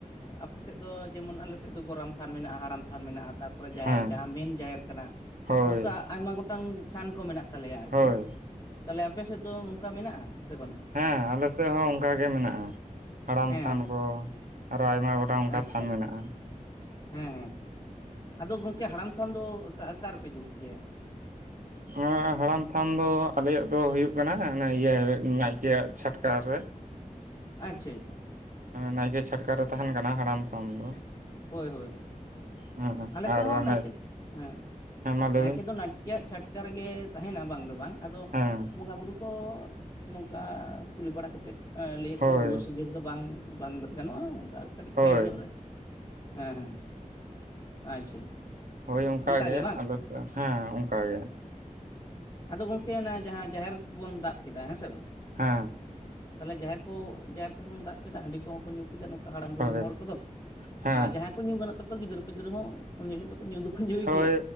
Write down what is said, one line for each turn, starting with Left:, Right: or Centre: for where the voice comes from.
Left: ᱟᱯᱮ ᱥᱮᱫ ᱫᱚ ᱡᱮᱢᱚᱱ ᱟᱞᱮ ᱥᱮᱜ ᱫᱚ ᱜᱚᱨᱟᱢ ᱛᱷᱟᱱ ᱢᱮᱱᱟᱜᱼᱟ ᱦᱟᱲᱟᱢ ᱛᱷᱟᱱ ᱢᱮᱱᱟᱜᱼᱟ ᱛᱟᱯ ᱯᱚᱲᱮᱨ ᱡᱟᱦᱮᱨ
Right: ᱦᱮᱸ
Left: ᱡᱟᱦᱟᱸ ᱢᱮᱱ ᱡᱟᱦᱮᱨ ᱠᱟᱱᱟ
Right: ᱦᱳᱭ
Left: ᱱᱚᱝᱠᱟ ᱟᱭᱢᱟ ᱜᱚᱴᱟᱝ ᱛᱷᱟᱱ ᱠᱚ ᱢᱮᱱᱟᱜ ᱛᱟᱞᱮᱭᱟ ᱟᱨ
Right: ᱦᱳᱭ
Left: ᱠᱤ᱾ ᱛᱟᱞᱮ ᱟᱯᱮ ᱥᱮᱫ ᱫᱚ ᱚᱝᱠᱟ ᱢᱮᱱᱟᱜᱼᱟ ᱥᱮ ᱵᱟᱹᱱᱩᱜᱼᱟ?
Right: ᱦᱮᱸ ᱟᱞᱮ ᱥᱮᱜ ᱦᱚᱸ ᱚᱝᱠᱟ ᱜᱮ ᱢᱮᱱᱟᱜᱼᱟ᱾ ᱦᱟᱲᱟᱢ
Left: ᱦᱮᱸ
Right: ᱛᱷᱟᱱ
Left: ᱦᱮᱸ
Right: ᱠᱚ ᱟᱨᱚ ᱟᱭᱢᱟ ᱜᱚᱴᱟᱝ ᱚᱱᱠᱟ
Left: ᱟᱪᱪᱷᱟ
Right: ᱛᱷᱟᱱ ᱢᱮᱱᱟᱜᱼᱟ᱾
Left: ᱦᱮᱸ ᱦᱮᱸ ᱟᱫᱚ ᱜᱚᱝᱠᱮ ᱦᱟᱲᱟᱢ ᱛᱷᱟᱱ ᱫᱚ ᱚᱠᱟ, ᱟᱠᱟᱨ ᱨᱮᱯᱮ ᱡᱩᱛ ᱜᱮᱭᱟ?
Right: ᱱᱚᱣᱟ ᱦᱟᱲᱟᱱ ᱛᱷᱟᱱ ᱫᱚ ᱟᱞᱮᱭᱟᱜ ᱫᱚ ᱦᱩᱭᱩᱜ ᱠᱟᱱᱟ ᱚᱱᱮ ᱤᱭᱟᱹ ᱱᱟᱭᱠᱮᱭᱟᱜ ᱪᱷᱟᱴᱠᱟ ᱨᱮ᱾
Left: ᱟᱪᱪᱷᱟ ᱟᱪᱪᱷᱟ,
Right: ᱱᱟᱭᱠᱮ ᱪᱷᱟᱴᱠᱟ ᱨᱮ ᱛᱟᱦᱮᱱ ᱠᱟᱱᱟ ᱦᱟᱲᱟᱢ ᱛᱷᱟᱢ ᱫᱚ᱾
Left: ᱦᱳᱭ ᱦᱳᱭ
Right: ᱦᱮᱸ
Left: ᱟᱞᱮ ᱥᱮᱜ
Right: ᱟᱨ
Left: ᱦᱚᱸ
Right: ᱚᱱᱮ
Left: ᱱᱟᱭᱠᱮ ᱦᱮᱸ᱾
Right: ᱦᱮᱸ ᱢᱟ ᱞᱟᱹᱭ
Left: ᱱᱟᱭᱠᱮ
Right: ᱵᱤᱱ
Left: ᱫᱚ ᱱᱟᱴᱠᱮᱭᱟᱜ ᱪᱷᱟᱴᱠᱟ ᱨᱮᱜᱮ ᱛᱟᱦᱮᱱᱟ ᱵᱟᱝ ᱫᱚ ᱵᱟᱝ ᱟᱫᱚ
Right: ᱦᱮᱸ
Left: ᱵᱚᱸᱜᱟ ᱵᱩᱨᱩ᱾ ᱠᱚ ᱱᱚᱝᱠᱟ ᱠᱩᱞᱤ ᱵᱟᱲᱟ ᱠᱟᱛᱮᱫ ᱮᱸ ᱞᱮᱭᱟᱠᱚ
Right: ᱦᱳᱭ
Left: ᱫᱩᱣᱟᱹᱨ ᱥᱚᱡᱷᱮ ᱨᱮ ᱫᱚ ᱵᱟᱝ᱾ ᱵᱟᱝ ᱜᱟᱱᱚᱜᱼᱟ, ᱚᱝᱠᱟ ᱟᱨ ᱠᱟᱹᱴᱤᱡ
Right: ᱦᱳᱭ
Left: ᱥᱟᱭᱤᱰ ᱧᱚᱸᱜ ᱨᱮ᱾ ᱦᱮᱸ ᱦᱮᱸ <inaudible> ᱟᱪᱪᱷᱟ
Right: ᱦᱳᱭ ᱚᱝᱠᱟ
Left: ᱚᱱᱠᱟ
Right: ᱜᱮ
Left: ᱵᱟᱝ
Right: ᱟᱞᱮ ᱥᱮᱜ ᱦᱮᱸ ᱚᱝᱠᱟ ᱜᱮ᱾
Left: ᱟᱫᱚ ᱜᱚᱝᱠᱮ ᱚᱱᱮ ᱡᱟᱦᱟᱸ ᱡᱟᱦᱮᱨ ᱵᱚᱱ ᱫᱟᱵ ᱠᱮᱫᱟ ᱦᱮᱸ ᱥᱮ ᱵᱟᱝ᱾
Right: ᱦᱮᱸ
Left: ᱛᱟᱞᱦᱮ ᱡᱟᱦᱮᱨ ᱠᱚ ᱡᱟᱦᱮᱨ ᱠᱚᱫᱚᱵᱚᱱ ᱫᱟᱜ ᱠᱮᱫᱟ ᱦᱟᱺᱰᱤ ᱠᱚᱦᱚᱸ ᱠᱚ ᱧᱩ ᱠᱮᱫᱟ ᱱᱚᱝᱠᱟ ᱦᱟᱲᱟᱢ ᱫᱩᱲᱩᱢ
Right: ᱦᱳᱭ
Left: ᱦᱚᱲ ᱠᱚᱫᱚ᱾
Right: ᱦᱮᱸ
Left: ᱟ ᱡᱟᱦᱟᱸᱭ ᱠᱚ ᱧᱩ ᱜᱟᱱᱚᱜ ᱛᱟᱯᱮ ᱜᱤᱫᱟᱹᱨ ᱯᱤᱫᱟᱹᱨ ᱦᱚᱸ ᱤᱱ ᱦᱤᱞᱳᱜ ᱫᱚ ᱧᱩ ᱫᱚ᱾ ᱧᱩᱭ
Right: ᱦᱳᱭ
Left: ᱜᱮᱭᱟ